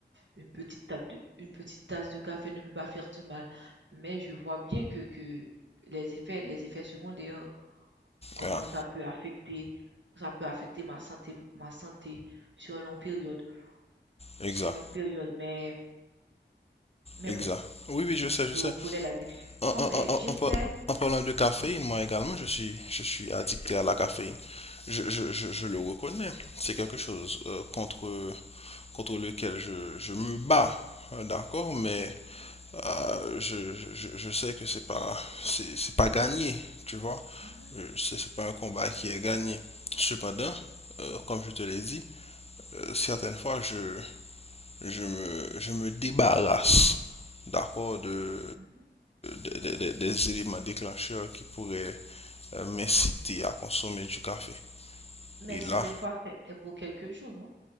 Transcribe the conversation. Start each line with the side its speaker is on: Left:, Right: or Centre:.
Right: Une petite tasse de une petite tasse de café ne peut pas faire du mal, mais je vois bien que que les effets les effets secondaires, comment
Left: Ah,
Right: ça peut affecter ça peut affecter ma santé ma santé sur une longue période
Left: exact,
Right: sur une longue période, mais mais
Left: exact.
Right: bon,
Left: Oui, oui, je sais,
Right: je
Left: je sais.
Right: reconnais l'addiction,
Left: En, en-
Right: mais
Left: en-
Right: j'essaie.
Left: en- en par- en parlant de caféine,
Right: Mhm,
Left: moi également, je suis, je suis addicté à la caféine. Je, je- je- je le reconnais. C'est quelque chose euh, contre, contre lequel je, je me bats, hein, d'accord, mais euh, je, je, je sais que c'est pas, c'est c'est pas gagné, tu vois.
Right: mhm,
Left: Euh, C'est c'est pas un combat qui est gagné. Cependant, euh, comme je te l'ai dit, euh, certaines fois, je, je me, je me débarrasse d'accord de,
Right: mhm.
Left: de- de- de- de- des éléments déclencheurs qui pourraient euh, m'inciter à consommer du café.
Right: Mais
Left: Et
Right: certaines
Left: là,
Right: fois, c'est c'est pour quelques jours, non?